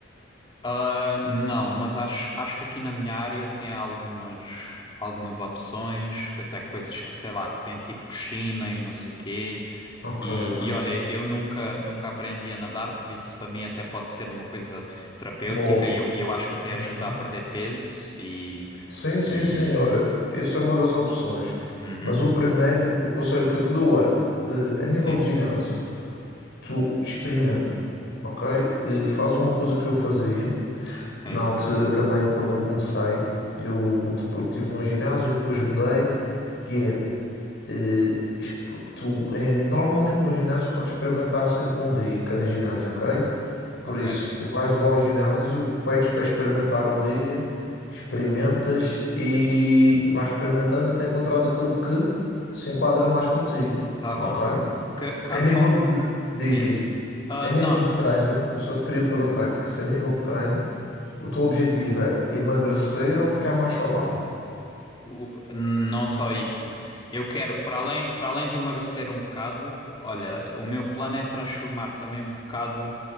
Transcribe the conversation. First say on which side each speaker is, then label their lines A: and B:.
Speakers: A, on the left; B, on the left.
A: Ah, não, mas acho, acho que aqui na minha área tem algumas, algumas opções, até coisas que, sei lá, que tem tipo piscina e não sei quê.
B: Ok,
A: E,
B: ok.
A: e olha, eu nunca, nunca aprendi a nadar, por isso para mim até pode ser uma coisa terapêutica
B: Boa.
A: e eu, e eu acho que até
B: Ok.
A: ajuda a perder peso e,
B: Sim, sim,
A: e...
B: sim, olha, essa é uma das opções.
A: Uhum.
B: Mas o primeiro, o conselho que eu te dou é, eh, a nível
A: Sim,
B: de ginásio, tu experimenta, ok? Eh, Faz uma coisa que eu fazia,
A: sim,
B: na altura também, quando eu comecei, eu depois estive num ginásio, depois mudei, que é, eh, exp- tu, eh, normalmente nos ginásios podes experimentar sempre um dia em cada ginásio, ok? Por
A: ok,
B: isso, vais lá ao ginásio, pedes para experimentar um dia, experimentas e vais experimentando até encontrares aquele que se enquadra mais contigo,
A: tá
B: ok?
A: bom. Que, ca-
B: A nível
A: com-
B: de, diz,
A: Sim.
B: diz,
A: Ah,
B: a nível
A: não,
B: de treino, eu só te queria perguntar que se a nível de treino, o teu objetivo é emagrecer ou ficar mais saudável?
A: O- não só isso. Eu quero, para além, para além de emagrecer um bocado, olha, o meu plano é transformar também um bocado